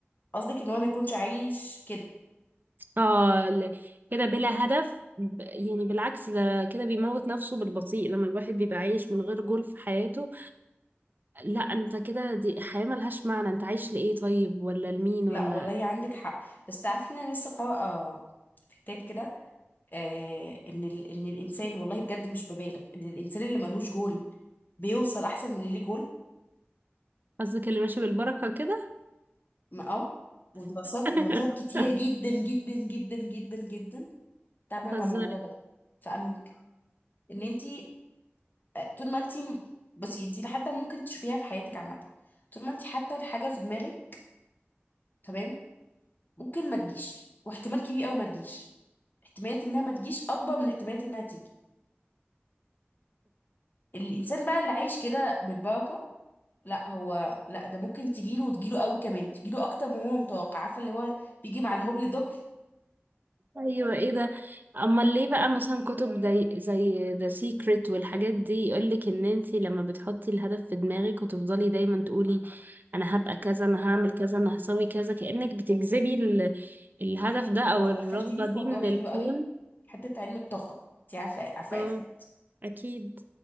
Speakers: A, on the left; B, on the right.
A: قصدك ان هو ما يكونش عايش كده
B: اه ل- كده بلا هدف ب- يعني بالعكس ده كده بيموت نفسه بالبطيء لما الواحد بيبقى عايش من غير جول في حياته لا انت كده دي حياة ملهاش معنى انت عايش لإيه طيب ولا لمين
A: لا
B: ولا
A: والله عندك حق بس تعرفي ان انا لسه قارئه في كتاب كده آه ان ال... ان الانسان والله بجد مش ببالغ ان الانسان اللي ملهوش جول بيوصل احسن من اللي ليه جول
B: قصدك اللي ماشي بالبركة كده
A: ما- اه ودراسات
B: <laughs>
A: دراسات كتيره جدا جدا جدا جدا جدا اتعملت
B: تهزري
A: على الموضوع ده فأمك ان انت آه، طول ما انت بصي انت لحد ممكن تشوفيها في حياتك عامه طول ما انت حاطه الحاجه في دماغك تمام ممكن ما تجيش واحتمال كبير قوي ما تجيش احتماليه انها ما تجيش اكبر من احتماليه انها تيجي الانسان بقى اللي عايش كده بالبركه لا هو لا ده ممكن تجيله وتجيله قوي كمان تجيله اكتر من هو متوقع عارفه اللي هو بيجي مع الهبل دبل
B: ايوه ايه ده امال ليه بقى مثلا كتب زي زي ذا سيكريت والحاجات دي يقولك ان انتي لما بتحطي الهدف في دماغك وتفضلي دايما تقولي انا هبقى كذا انا هعمل كذا انا هسوي كذا كأنك بتجذبي ال... الهدف ده او
A: آه،
B: الرغبة
A: دخلتيني في
B: دي
A: موضوع
B: من
A: حلو
B: الكون
A: قوي حته علم الطاقه انت عارفه عارفه
B: اه
A: اكيد
B: اكيد